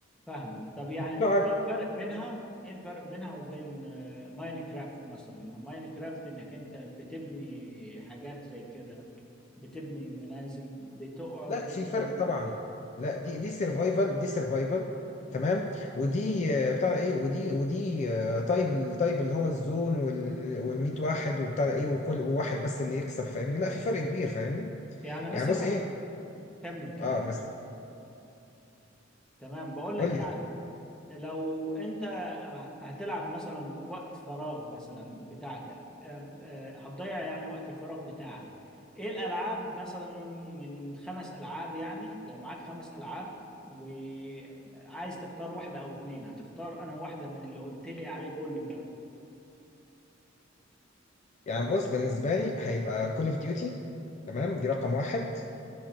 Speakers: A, in the centre; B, on the left (about 35°).
A: فاهمك طب يعني
B: تقعد
A: ايه الفرق بينها ايه الفرق بينها وبين آه، ماينكرافت مثلا ما ماينكرافت انك انت بتبني حاجات زي كده بتبني منازل بتقعد
B: لا في
A: مثلا
B: فرق طبعا لا دي دي سرفايفل دي سرفايفل تمام ودي آه، بتاع ده ايه ودي ودي آه، طيب الطيب اللي هو الزون وال وال 100 واحد وبتاع ده ايه وكل واحد بس اللي يكسب فاهمني لا في فرق كبير فاهمني
A: يعني مثلا
B: يعني بص ايه
A: كمل كمل
B: اه بس
A: تمام بقول لك
B: قول
A: يعني
B: لي
A: لو انت هتلعب مثلا وقت فراغ مثلا بتاعك آم، آه، هتضيع يعني وقت الفراغ بتاعك ايه الالعاب مثلا من خمس العاب يعني لو معاك خمس العاب وعايز تختار واحدة او اتنين هتختار انهي واحدة من اللي قلت لي عليه كله ده
B: يعني بص بالنسبه لي هيبقى كول اوف ديوتي تمام دي رقم واحد